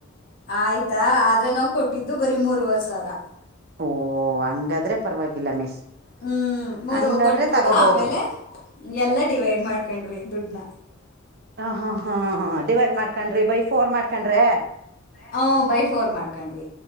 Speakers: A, on the left; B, on the right.
A: ಆಯ್ತಾ ಆದ್ರೆ ನಾವ್ ಕೊಟ್ಟಿದ್ದು ಬರಿ ಮೂರ್ರುವರ್ ಸಾವಿರ
B: ಓಹ ಹಂಗಾದ್ರೆ ಪರವಾಗಿಲ್ಲ ಮಿಸ್
A: ಹ್ಮ್ ಮೂರು
B: ಹಂಗಾದ್ರೆ
A: ಕೊಟ್ಬಿಟ್ಟು
B: ತಗೋಬಹುದು
A: ಆಮೇಲೆ ಎಲ್ಲ ಡಿವೈಡ್ ಮಾಡ್ಕೊಂಡ್ವಿ ದುಡ್ನ
B: ಹ ಹ ಹಾ ಡಿವೈಡ್ ಮಾಡ್ಕೊಂಡ್ರಿ ಬೈ ಫೋರ್ ಮಾಡ್ಕೊಂಡ್ರೆ
A: ಹ ಬೈ ಫೋರ್ ಮಾಡ್ಕೊಂಡ್ವಿ